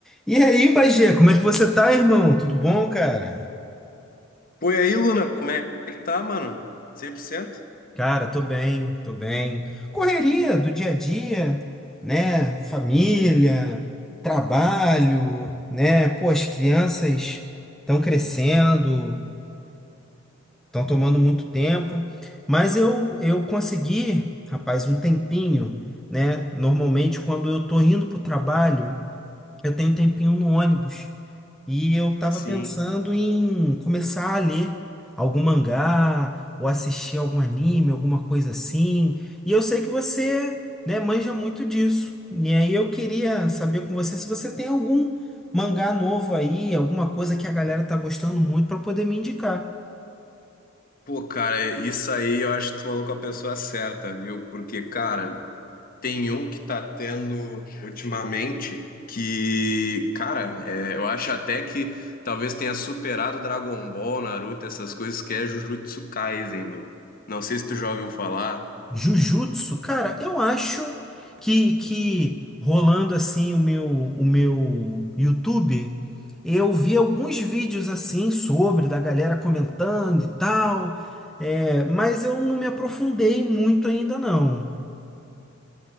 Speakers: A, in the centre; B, on the left.
A: E aí, Bagê, como é que você tá, irmão? Tudo bom, cara?
B: Pô, e aí, Luna, como é que tá, mano? cem por cento?
A: Cara, tô bem, tô bem. Correria do dia a dia, né? Família, trabalho, né? Pô, as crianças estão crescendo, estão tomando muito tempo, mas eu, eu consegui, rapaz, um tempinho, né? Normalmente, quando eu tô indo pro trabalho, eu tenho um tempinho no ônibus. E eu tava
B: Sim.
A: pensando em começar a ler algum mangá ou assistir algum anime, alguma coisa assim. E eu sei que você, né, manja muito disso. E aí eu queria saber com você se você tem algum mangá novo aí, alguma coisa que a galera tá gostando muito para poder me indicar.
B: Pô, cara, isso aí eu acho que tu falou com a pessoa certa, viu? Porque, cara, tem um que tá tendo ultimamente que, cara, é, eu acho até que talvez tenha superado Dragon Ball, Naruto, essas coisas, que é Jujutsu Kaisen, meu. Não sei se tu já ouviu falar.
A: Jujutsu, cara, eu acho que, que rolando assim o meu o meu YouTube, eu vi alguns vídeos assim sobre da galera comentando e tal, é, mas eu não me aprofundei muito ainda não.